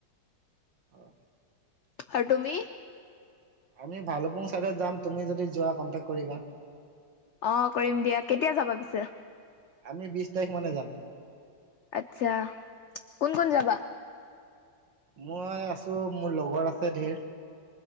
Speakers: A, on the right; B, on the left.
A: অহ
B: আৰু তুমি
A: আমি ভালুপুং চাইডে যাম তুমি যদি যোৱা কণ্টেক্ট কৰিবা
B: অ কৰিম দিয়া কেতিয়া যাবা পিছে
A: আমি বিশ তাৰিখ মানে যাম
B: আচ্ছা কোন কোন যাবা?
A: মই আছো মোৰ লগৰ আছে ধেৰ